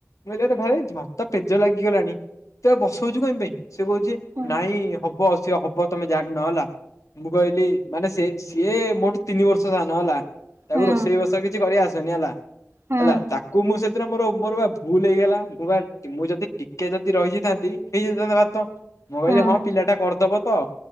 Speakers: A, on the left; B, on the right.
A: କହିଲି ଭାତ ‌ପେଜ ଲାଗିଗଲାଣି। ତ ବସଉଛୁ କଣ ପାଇଁ ସେ କହୁଛି
B: ହୁଁ
A: ନାଇଁ ହବ ଶେ। ତମେ ଜାଣିନ ହେଲା ମୁଁ କହିଲି ମାନେ ସେ ସିଏ ମୋଠୁ ତିନି ବର୍ଷ ସାନ ହେଲା। ତାକୁ
B: ହୁଁ
A: ରୋଷେଇ ବୋଷେଇ କିଛି କରି ଆସେନି ହେଲା।
B: ହୁଁ
A: ହେଲା ତାକୁ ମୁଁ ସେଦିନ ମୋର ମୋର ବା ଭୁଲ ହେଇଗଲା ମୁଁ ବା ମୁଁ ଯଦି ଟିକେ ଯଦି ରହିଯାଇଥାନ୍ତି ହେଇଯାଇଥାନ୍ତା ଭାତ ମୁଁ କହିଲି
B: ହୁଁ
A: ହଁ ପିଲାଟା କରିଦବ ତ